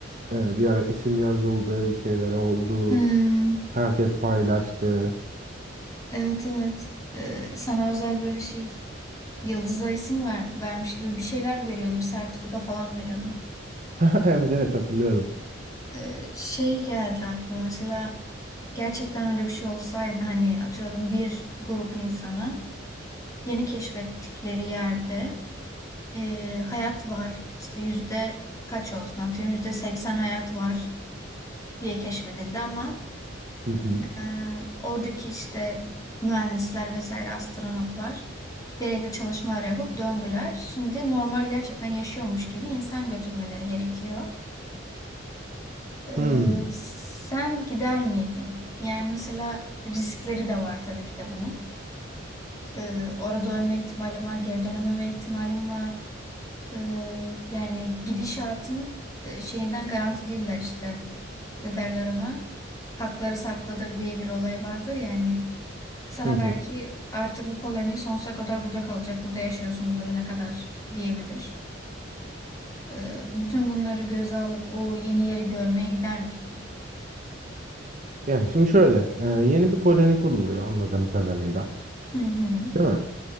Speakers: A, on the right (about 40°); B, on the left (about 15°).
A: e, bir ara isim yazıldı, bir şeyler oldu.
B: Hmm,
A: Herkes paylaştı.
B: evet evet. E, sana özel böyle şey yıldıza isim ver, vermiş gibi bir şeyler veriyordu. Bir sertifika falan veriyordu.
A: <laughs> Evet evet hatırlıyorum.
B: E, şey geldi aklıma mesela gerçekten öyle bir şey olsaydı hani atıyorum bir grup insanı yeni keşfettikleri yerde e, hayat var işte yüzde kaç olsun atıyorum yüzde seksen hayat var diye keşfedildi ama
A: Hı hı.
B: e, oradaki işte mühendisler vesaire astronotlar gerekli çalışmalar yapıp döndüler. Şimdi normal gerçekten yaşıyormuş gibi insan götürmeleri gerekiyor. E,
A: Hmm.
B: sen gider miydin? Yani mesela riskleri de var tabii ki de bunun. Ee, orada ölme ihtimalim var, geri dönememe ihtimalim var. Ee, yani gidişatın e, şeyinden garanti değiller işte. Ne derler ona? Hakları saklıdır diye bir olay vardır yani. Sana
A: Hı hı.
B: belki artık bu koloni sonsuza kadar burada kalacak, burada yaşıyorsunuz ölene kadar diyebilir. Ee, bütün bunları göze alıp o yeni yeri görmeye gider miydin?
A: Yani şimdi şöyle, e, yeni bir koloni kuruluyor anladığım kadarıyla.
B: Hı hı,
A: Değil mi?